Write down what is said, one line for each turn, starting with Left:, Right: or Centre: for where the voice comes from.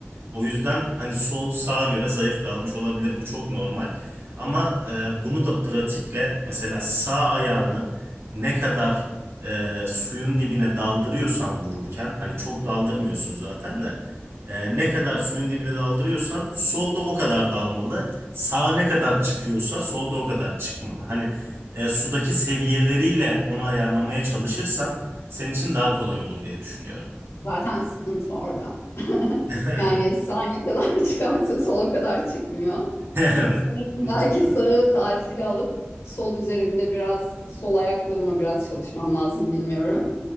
Right: O yüzden hani sol sağa göre zayıf kalmış olabilir. Bu çok normal. Ama e, bunu da pratikle mesela sağ ayağını ne kadar e, suyun dibine daldırıyorsan vururken hani çok daldırmıyorsun zaten de ee, ne kadar suyun dibine daldırıyorsan solda o kadar dalmalı. Sağa ne kadar çıkıyorsa solda o kadar çıkmalı. Hani e, sudaki seviyeleriyle onu ayarlamaya çalışırsan senin için daha kolay olur diye düşünüyorum.
Left: Zaten sıkıntı orada. <laughs>
Right: <laughs>
Left: Yani sağ ne kadar <laughs> çıkarsa sol sola kadar çıkmıyor.
Right: Evet,
Left: Sanırım
Right: muhtemelen.
Left: belki sağı tatile alıp sol üzerinde biraz sol ayaklığıma biraz çalışmam lazım bilmiyorum.